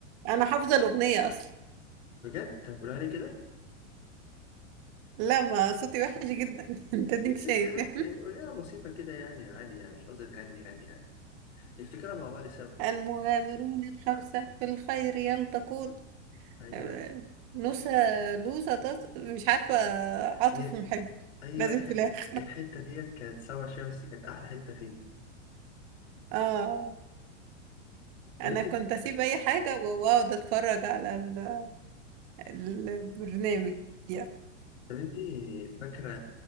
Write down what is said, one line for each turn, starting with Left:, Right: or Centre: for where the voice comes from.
Right: انا حافظة الأغنية اصلا
Left: بجد طب قولها لي كده
Right: لا ما صوتي وحش جدا <laughs> انت ديك
Left: يا ست
Right: شايف
Left: عادي
Right: يعني
Left: يعني قولها بسيطه كده يعني عادي يعني مش قصدي تغني يعني يعني نفتكرها مع بعض سوا
Right: المغامرون الخمسة في الخير يلتقون
Left: ايوه
Right: آه، نوسة لوسة تص... مش عارفة عاطف
Left: يا
Right: محب
Left: ايوه
Right: لازم
Left: الح...
Right: في الآخر
Left: الحته ديت كانت سما شمسي كانت احلى حته فيه
Right: اه
Left: طب
Right: أنا
Left: انت
Right: كنت أسيب أي حاجة وأقعد أتفرج على ال- البرنامج يعني
Left: طب انت فاكرة